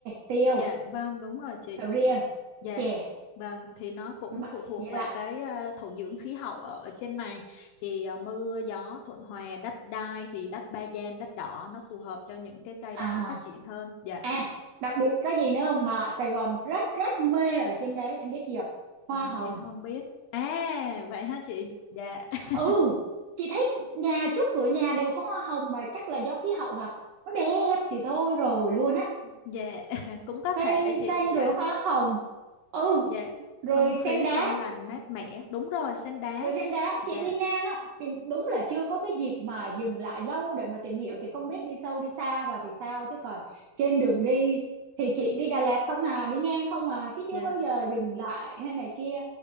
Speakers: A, on the right; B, on the left.
A: tiêu
B: Dạ vâng đúng rồi chị.
A: sầu riêng
B: Dạ
A: chè
B: vâng thì nó cũng
A: nhưng mà
B: phụ thuộc
A: vậy
B: vào
A: là
B: cái à, thổ nhưỡng khí hậu ở ở trên này thì à, mưa gió thuận hòa đất đai thì đất ba gian đất đỏ nó phù hợp cho những cái cây
A: à
B: đó phát triển hơn. Dạ
A: à đặc biệt có gì nữa không mà ở Sài Gòn rất rất mê ở trên đấy em biết gì không hoa
B: Ừm,
A: hồng
B: em không biết. À vậy ha chị. Dạ <laughs>
A: ừ chị thấy nhà trước cửa nhà đều có hoa hồng mà chắc là do khí hậu hả nó đẹp thì thôi rồi luôn á
B: dạ <laughs> cũng có
A: cây
B: thể chị.
A: xanh
B: Dạ
A: rồi hoa hồng ừ
B: dạ
A: rồi
B: không
A: sen
B: khí
A: đá
B: trong lành mát mẻ. Đúng rồi sen đá.
A: rồi trên đá
B: Dạ
A: chị đi ngang á chị đúng là chưa có cái dịp mà dừng lại lâu để mà tìm hiểu thì không biết đi sâu đi xa vào thì sao chứ còn trên đường đi thì chị đi Đà Lạt không à đi ngang không à chứ chưa
B: dạ
A: bao giờ dừng lại hay này kia